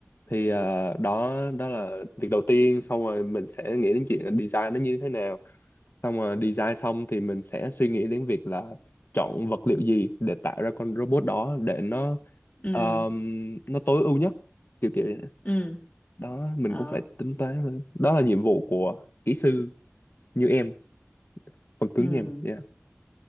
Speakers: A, on the left; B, on the left.
A: thì à, đó đó là việc đầu tiên xong rồi mình sẽ nghĩ đến chuyện là design nó như thế nào xong rồi design xong thì mình sẽ suy nghĩ đến việc là chọn vật liệu gì để tạo ra con robot đó để nó
B: ừ
A: um, nó tối ưu nhất kiểu kiểu vậy.
B: ừ
A: đó mình
B: ờ
A: cũng phải tính toán thôi. đó là nhiệm vụ của kỹ sư như em phần cứng
B: ừ
A: như em yeah.